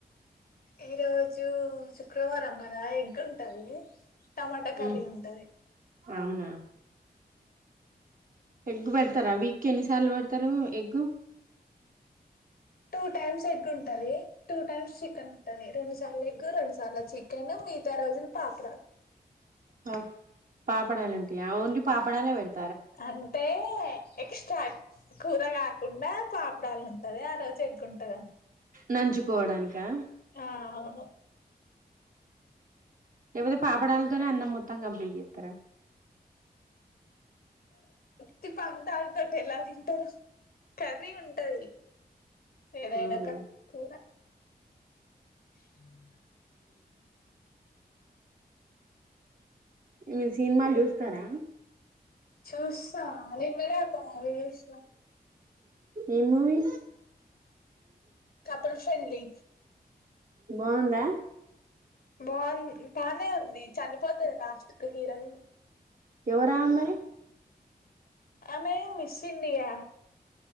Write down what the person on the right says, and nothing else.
ఉమ్,
అవునా ఎగ్ పెడతారా వీక్ ఎన్ని సార్లు పెడతారు ఎగ్గు
ఓహ్ పాపడాలుంటాయా ఓన్లీ పాపడాలే పెడత
నంజుకోవడాని క
లేకపోతే పాపడాలతోనే అన్నం మొత్ త్తం కంప్లీట్ చెత్తర
అవునా
మీరు సినిమాలు చూస్తారా
ఏం మూవీ
బాగుందా
ఎవరా అమ్మాయి